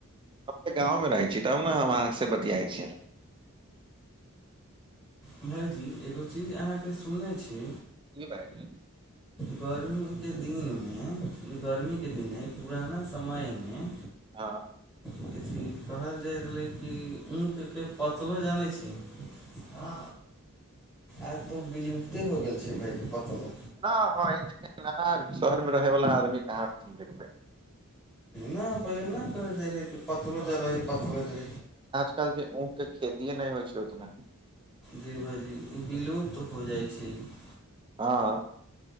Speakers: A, on the right; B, in the centre.
A: अपने गाँव मे रहै छी तब ने हम अहाँ से बतियाइ छी
B: भाईजी एगो चीज अहाँके सुनने छी
A: की पाय छी
B: गर्मी के दिन मे गर्मी के दिन हइ पुराना समय मे
A: हँ
B: अथी कहल जाइ रहलै कि ऊखके पतलो जनै छी हँ आर तऽ बिलुप्ते हो गेल छै भाइज पतला
A: <unintelligible> शहरमे रहै बला आदमी कहाँ देखबै
B: नय पहिले नय कहै जाइ रहै कि पथलो जा रहैै पथलो जे
A: आज कल छै ऊं के खेतीए नय होइ छै ओतना
B: जी भाजी ई विलुप्त हो जाइ छै ई
A: हँ